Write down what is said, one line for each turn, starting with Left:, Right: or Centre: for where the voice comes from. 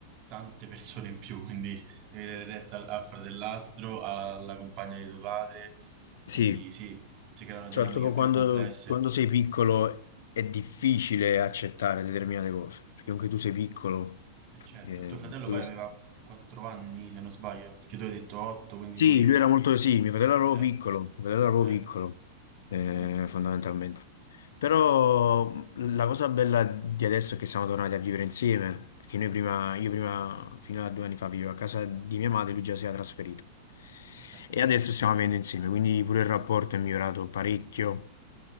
Right: tante persone in più, <laughs> quindi devi dare retta al, al fratellastro, alla compagna di tuo padre,
Left: sì,
Right: quindi sì, si creano
Left: Soprattutto
Right: dinamiche più
Left: quando,
Right: complesse.
Left: quando sei piccolo è difficile accettare determinate cose, perché anche tu sei piccolo,
Right: E certo,
Left: eh,
Right: tuo fratello
Left: dove-
Right: poi aveva 4 anni, se non sbaglio, perché tu hai detto 8, quindi
Left: Sì,
Right: lui
Left: lui era molto, sì, mio fratello era proprio
Right: Eh,
Left: piccolo, mio fratello era proprio
Right: eh,
Left: piccolo, eh,
Right: mm, mm,
Left: fondamentalmente. Però mh, la cosa bella di adesso è che siamo tornati a vivere insieme, perché noi prima, io prima, fino a due anni fa, vivevo a casa di mia madre, lui già si era trasferito.
Right: ok.
Left: E adesso stiamo vivendo insieme, quindi pure il rapporto è migliorato parecchio,